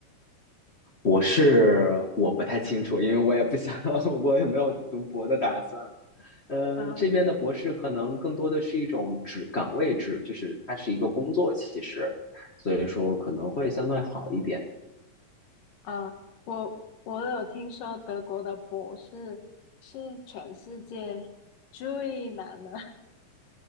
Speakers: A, on the left; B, on the left.
A: 博士我不太清楚，因为我也不想，<laughs> 我也没有读博的打算。嗯，
B: 嗯
A: 这边的博士可能更多的是一种职岗位制，就是它是一个工作，其实，所以说可能会相对好一点。
B: 嗯，我我有听说德国的博士是全世界最难的，